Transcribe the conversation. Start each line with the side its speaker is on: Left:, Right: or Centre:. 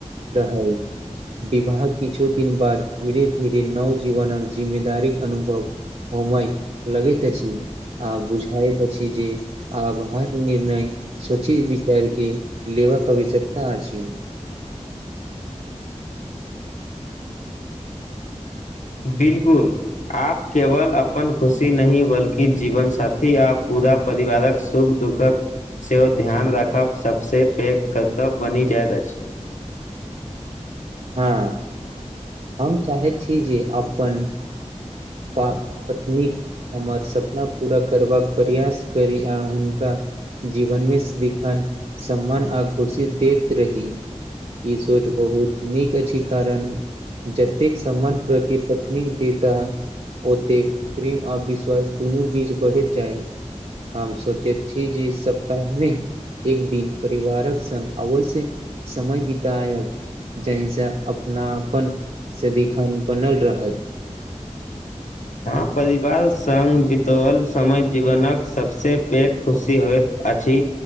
Right: रहै विवाह किछु दिन बाद धीरे धीरे नव जीवनक जिम्मेदारी अनुभव होमय लगैत अछि आ बुझायैत अछि जे आब हर निर्णय सोची विचार के लेबाक आवश्यकता अछि
Left: बिल्कुल आप केवल अपन खुशी नहि बल्कि जीवन साथी आ पूरा परिवारक सुख दुःखक सेहो ध्यान राखब सभसँ पैघ कर्तव्य बनि जाइत अछि
Right: हँ हम चाहैत छी जे अपन प पत्नी हमर सपना पूरा करबाक प्रयास करी आ हुनका जीवन मे सदिखन सम्मान आ खुशी देैत रही ई सोच बहुत नीक अछि कारण जतेक समान प्रति पत्नीक देता ओतेक प्रेम आविश्वास दुनू बीच बढ़ैत जायत हम सोचे छी जी इ सप्ताहमे एक दिन परिवारक संङ्ग अवश्य समय बितायब जाहिसँ अपनापन सदिखन बनल रहत
Left: हँ परिवार सङ्ग बितौल समय जीवनके सभसँ पैघ खुशी होयत अछि